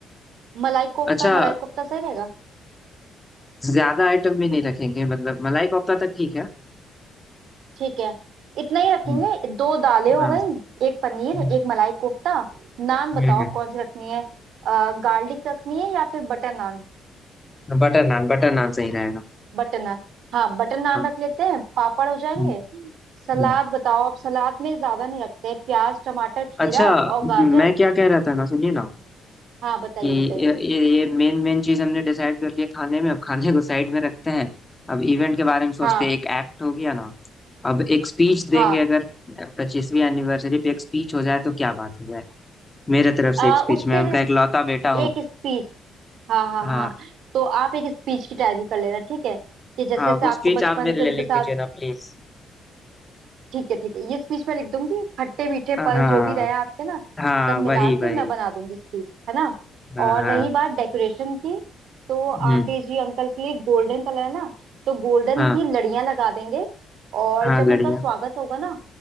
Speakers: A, on the right (about 75°); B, on the left (about 20°).
A: मलाई कोफ्ता
B: अच्छा
A: मलाई कोफ्ता सही रहेगा
B: ज्यादा आइटम भी नहीं रखेंगे मतलब मलाई कोफ्ता तक ठीक है
A: ठीक है इतना ही रखेंगे
B: हुँ,
A: दो दालें हो
B: हाँ,
A: गई एक पनीर
B: हुँ,
A: एक मलाई कोफ्ता नान
B: हुँ,
A: बताओ
B: हुँ,
A: कौन सी रखनी है गार्लिक रखनी है या फिर बटर नान
B: बटर नान बटर नान सही रहेगा
A: बटर नान हाँ बटर नान
B: हाँ
A: रख लेते हैं पापड़ हो जाएंगे
B: हुँ,
A: सलाद
B: हुँ।
A: बताओ अब सलाद में ज्यादा नहीं रखते हैं प्याज टमाटर खीरा
B: अच्छा
A: और गाजर
B: मैं क्या कह रहा था ना सुनिए ना
A: हाँ बताइए
B: कि
A: बताइए
B: ये ये मेन मेन चीज हमने डिसाइड कर लिया खाने में अब खाने को साइड में रखते हैं अब इवेंट के बारे में सोचते
A: हाँ
B: हैं एक एक्ट हो गया ना अब एक स्पीच देंगे
A: हाँ
B: अगर पच्चीसवीं एनिवर्सरी पे एक स्पीच हो जाए तो क्या बात हो जाए मेरे तरफ
A: आ,
B: से एक स्पीच
A: उसके
B: मैं उनका
A: लिए
B: इकलौता बेटा हूँ
A: एक स्पीच हाँ हाँ
B: हाँ
A: हाँ तो आप एक स्पीच की तैयारी कर लेना ठीक है कि जैसे
B: हाँ
A: जैसे
B: वो
A: आपको
B: स्पीच
A: बचपन
B: आप मेरे
A: से
B: लिए
A: उनके
B: लिख
A: साथ
B: दीजिए ना प्लीज
A: ठीक है ठीक है ये स्पीच मैं लिख दूंगी खट्टे मीठे
B: हाँ
A: पल जो भी रहे आपके ना
B: हाँ
A: सब मिला
B: वही
A: के
B: वही
A: मैं बना दूंगी स्पीच है ना
B: हाँ
A: और
B: हाँ
A: रही बात डेकोरेशन की तो
B: हम्म
A: आंटी जी अंकल के लिए गोल्डन कलर है ना तो गोल्डन
B: हाँ
A: की लड़ियां लगा देंगे और
B: हाँ
A: जब
B: लड़ियाँ
A: उनका स्वागत होगा ना